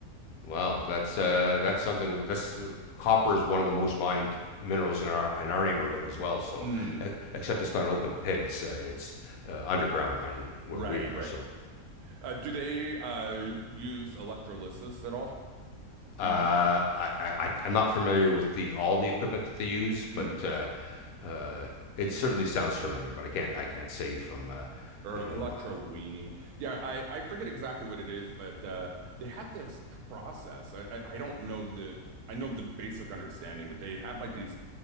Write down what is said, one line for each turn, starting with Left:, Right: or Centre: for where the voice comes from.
Left: Well, that's uh, that's something. That's copper is one of the most mined minerals in our in our neighborhood as well. So,
Right: Mm,
Left: e- except it's not an open pit. It's uh, it's uh, underground mining where
Right: right,
Left: we are.
Right: right.
Left: So
Right: Uh, do they uh use electrolysis at all? Do
Left: Uh,
Right: you know?
Left: I, I I- am not familiar with the all the equipment that they use,
Right: Mm,
Left: but uh, uh, it certainly sounds familiar. But I can't I can't say from uh,
Right: or
Left: uh, you
Right: electroweaning?
Left: know my,
Right: Yeah, I I forget exactly what it is, but uh they had this process. I I, I don't know the I know the basic understanding, but they have like these